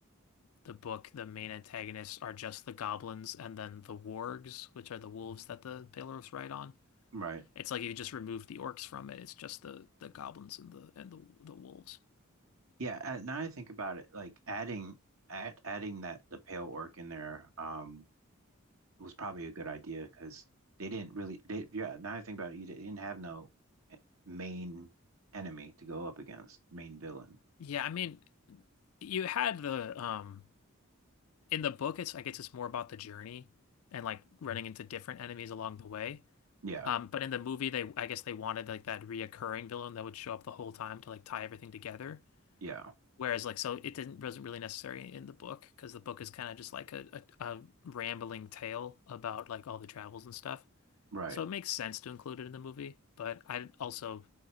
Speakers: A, on the left (about 80°); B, on the right (about 75°).
A: the book, the main antagonists are just the goblins and then the wargs, which are the wolves that the Pelorus ride on.
B: Right.
A: It's like you just remove the orcs from it. It's just the the goblins and the and the the wolves.
B: Yeah, uh, now I think about it, like adding add, adding that the pale orc in there um was probably a good idea because they didn't really they yeah, now I think about it, you didn't have no eh, main enemy to go up against, main villain.
A: Yeah, I mean, you had the um in the book it's I guess it's more about the journey and like running into different enemies along the way.
B: Yeah,
A: Um, but in the movie they I guess they wanted like that reoccurring villain that would show up the whole time to like tie everything together.
B: yeah,
A: Whereas, like, so it didn't wasn't really necessary in the book because the book is kind of just like a, a a rambling tale about like all the travels and stuff.
B: right.
A: So it makes sense to include it in the movie, but I also